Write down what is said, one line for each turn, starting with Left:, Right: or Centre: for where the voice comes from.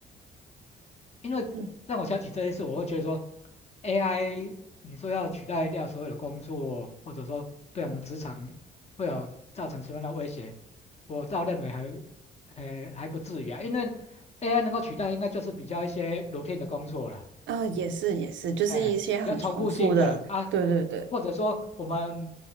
Left: 因为让我想起这件事，
Right: 嗯，
Left: 我会觉得说，AI 你说要取代掉所有的工作，或者说对我们职场会有造成什么样的威胁，我倒认为还，呃，还不至于啊，因为 AI 能够取代应该就是比较一些 routine 的工作啦，
Right: 啊，也是也是，就是一些很重复的，
Left: 哎，比较重复性的啊，
Right: 对对对，
Left: 或者说我们